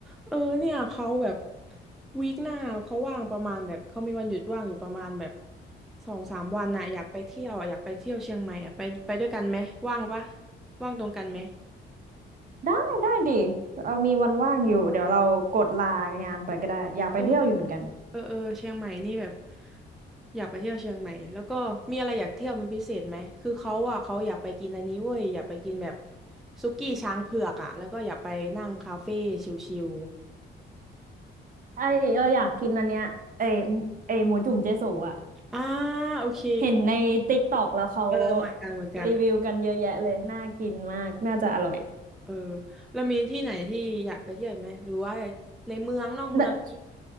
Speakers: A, in the centre; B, on the right.
A: เออเนี่ยเขาแบบวีคหน้าเขาว่างประมาณแบบเขามีวันหยุดว่างอยู่ประมาณแบบสองสามวันน่ะอยากไปเที่ยวอ่ะอยากไปเที่ยวเชียงใหม่อ่ะไปไปด้วยกันไหมว่างปะว่างตรงกันไหม
B: ได้ได้ดิเรามีวันว่างอยู่เดี๋ยวเรากดลางานไปก็ได้อยากไปเที่ยวอยู่เหมือนกัน
A: เออเออเออเออเชียงใหม่นี่แบบอยากไปเที่ยวเชียงใหม่แล้วก็มีอะไรอยากเที่ยวเป็นพิเศษไหมคือเขาอ่ะเขาอยากไปกินอันนี้เว้ยอยากไปกินแบบสุกี้ช้างเผือกอ่ะแล้วก็อยากไปนั่งคาเฟ่ชิล
B: ไอเราอยากกินอันเนี้ยไอไอยหมูจุ่มเจ๊โสอ่ะ
A: ๆอ่าโอเค
B: เห็นในติ๊กตอกแล้วเขา
A: เออเหมือนกันเหมือนกัน
B: รีวิวกันเยอะแยะเลยน่ากินมากน่าจะอร่อย
A: เออแล้วมีที่ไหนที่อยากไปเที่ยวอีกไหมหรือว่าในเมืองนอกเมืองนี้
B: แต่